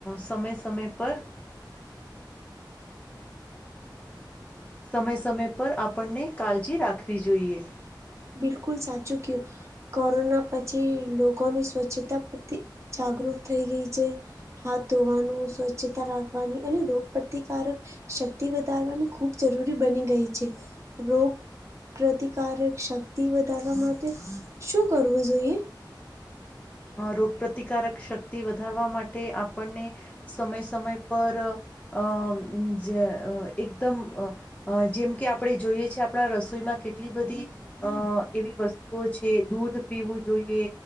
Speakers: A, on the left; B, on the right.
A: સમય સમય પર સમય સમય પર આપણને કાળજી રાખવી જોઈએ.
B: બિલકુલ સાચું કયું. કોરોના પછી લોકોની સ્વચ્છતા પ્રતિ જાગૃત થઈ ગઈ છે. હાથ ધોવાનું સ્વચ્છતા રાખવાની અને રોગ પ્રતિકારક શક્તિ વધારવાની ખૂબ જરૂરી બની ગઈ છે, રોગ પ્રતિકારક શક્તિ વધારવા માટે શું કરવું જોઈએ?
A: રોગપ્રતિકારક શક્તિ વધારવા માટે આપણને સમય સમય પર અ જે અ એકદમ અ અ જેમ કે આપણે જોઈએ છે, આપણા રસોઈમાં કેટલી બધી અ એવી વસ્તુઓ છે દૂધ પીવું જોઈએ